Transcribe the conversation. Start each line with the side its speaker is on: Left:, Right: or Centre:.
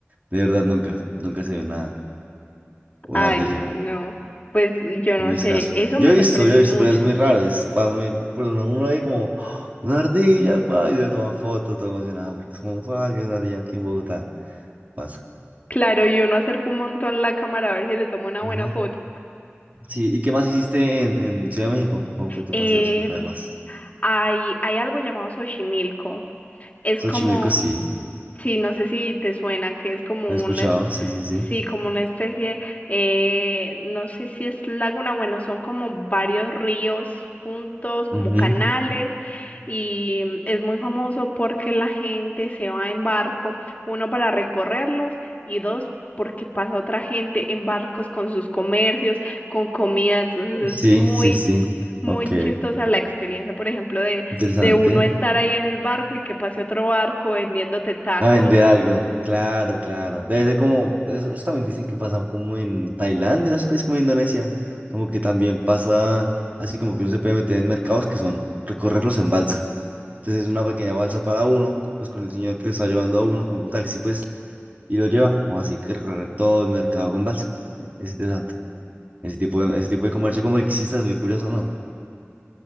Right: de verdad nunca, nunca se ve una, una
Left: Ay,
Right: ardilla.
Left: no. Pues yo
Right: Es
Left: no
Right: muy
Left: sé,
Right: escaso.
Left: eso
Right: Yo
Left: me
Right: he visto,
Left: sorprendió
Right: yo he visto,
Left: mucho.
Right: pero es muy raro. Es para mí, por uno uno ahí como, ¡Ah! una ardilla, guay, y yo tomo foto, todo emocionado, porque es como, guay, que es una ardilla aquí en Bogotá. Pasa.
Left: Claro, yo no acerco un montón la cámara a ver si le tomo una
Right: Ujú.
Left: buena foto.
Right: Sí, ¿y qué más hiciste en, en Ciudad de México? ¿Cómo fue tu
Left: Em,
Right: paseo? Cuéntame más.
Left: hay, hay algo llamado Xochimilco. Es
Right: Xochimilco,
Left: como,
Right: sí,
Left: sí, no sé si te suena, que es como
Right: lo he escuchado,
Left: un,
Right: sí, sí, sí.
Left: Sí, como una especie, eh, no sé si es laguna, bueno, son como varios ríos juntos, como
Right: Ujú.
Left: canales, y mm, es muy famoso porque la gente se va en barco, uno para recorrerlos y dos porque pasa otra gente en barcos con sus comercios, con comida, entonces
Right: Sí,
Left: es muy,
Right: sí, sí.
Left: muy
Right: Ok,
Left: chistosa la experiencia, por ejemplo, de,
Right: interesante.
Left: de uno estar ahí en el barco y que pase otro barco vendiéndote tacos.
Right: A vender algo. Claro, claro. Debe ser como, eso, eso también dicen que pasa como en Tailandia, esos países como Indonesia. Como que también pasa así como que uno se puede meter en mercados que son recorrerlos en balsa. Entonces es una pequeña balsa para uno, pues con el señor que lo está llevando a uno, como un taxi, pues, y lo lleva. O así que recorrer todo el mercado con balsa. Es interesante. Ese tipo de, ese tipo de comercio como que existe, es muy curioso, ¿no?